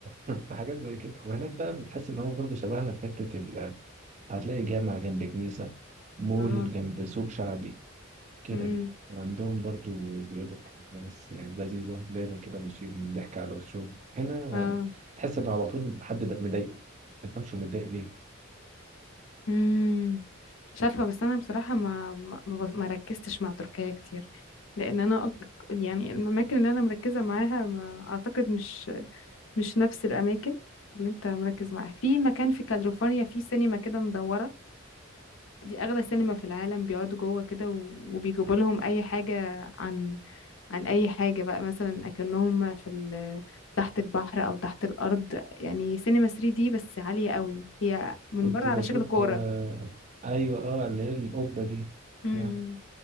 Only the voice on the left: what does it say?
اه
امم
اه
امم مش عارفه بس انا بصراحه ما ما, ما ما ركزتش مع تركيا كتير لان انا أك... يعني الاماكن اللي انا مركزه معاها ما اعتقد مش مش نفس الاماكن اللي انت مركز معاها في مكان في كاليفورنيا في سينما كده مدوره دي اغلى سينما في العالم بيقعدوا جوه كده و... وبيجيبوا لهم اي حاجه عن عن اي حاجة بقى مثلا اكنهم في ال... تحت البحر او تحت الارض يعني سينما 3D بس عالية قوي هي من
بره
على شكل كورة
امم